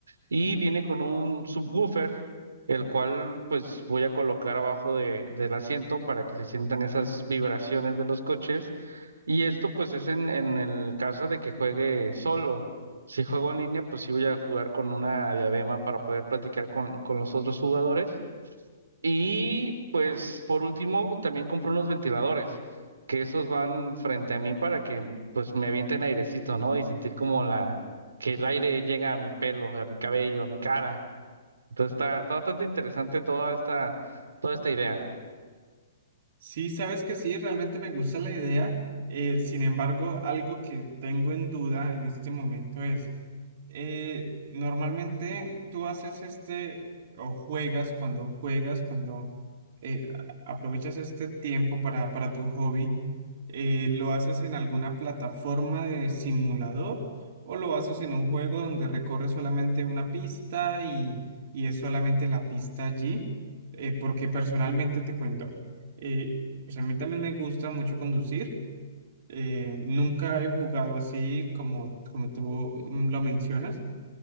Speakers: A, on the right (about 75°); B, on the right (about 55°).
A: y viene con un subwoofer, el cual pues voy a colocar abajo de, del asiento para que se sientan esas vibraciones de los coches y esto pues es en, en el caso de que juegue solo. Si juego en línea, pues sí voy a jugar con una diadema para poder platicar con, con los otros jugadores. Y pues por último también compré unos ventiladores, que esos van frente a mí para que pues me avienten airecito, ¿no? Y sentir como la que el aire llega a mi pelo, a mi cabello, a mi cara. Entonces está, está bastante interesante toda esta, toda esta idea.
B: Sí, sabes que sí, realmente me gusta la idea. eh, sin embargo, algo que tengo en duda en este momento es, eh, normalmente tú haces este o juegas cuando juegas, cuando eh, a- aprovechas este tiempo para, para tu hobby, eh, ¿lo haces en alguna plataforma de simulador o lo haces en un juego donde recorres solamente una pista y, y es solamente la pista allí? Eh, porque personalmente te cuento. Eh, pues a mí también me gusta mucho conducir. Eh, nunca he jugado así como, como tú mm, lo mencionas,